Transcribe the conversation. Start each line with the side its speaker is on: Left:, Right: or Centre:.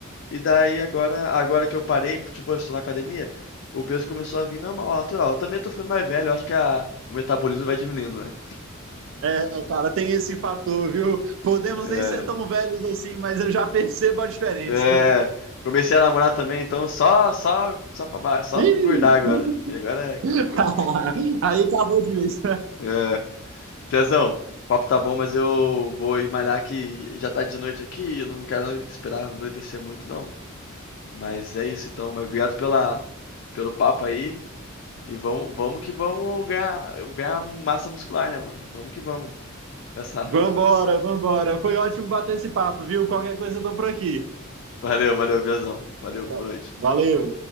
Left: e daí agora, agora que eu parei com futebol, estou na academia, o peso começou a vir normal, natural. Eu também tô ficando mais velho, eu acho que a, o metabolismo vai diminuindo, né?
Right: É, cara, tem esse fator, viu? Podemos
Left: É,
Right: nem ser tão velhos assim, mas eu já percebo a diferença.
Left: é, comecei a namorar também, então só, só, só pra baixo, só
Right: <laughs>
Left: pra
Right: Ih!
Left: engordar agora. E agora é, complicou.
Right: <laughs> Aí acabou de vez.
Left: É, Piazão, o papo tá bom, mas eu vou ir malhar que já tá de noite aqui, eu não quero esperar anoitecer muito, não. Mas é isso então, mas obrigado pela, pelo papo aí. E vamos, vamos que vamos ganhar, ganhar massa muscular, né, mano? Vamos que vamos. Nessa.
Right: Vambora,
Left: <laughs>
Right: vambora. Foi ótimo bater esse papo, viu? Qualquer coisa eu tô por aqui.
Left: Valeu, valeu, Biazão. Valeu, boa
Right: Va-
Left: noite.
Right: Valeu!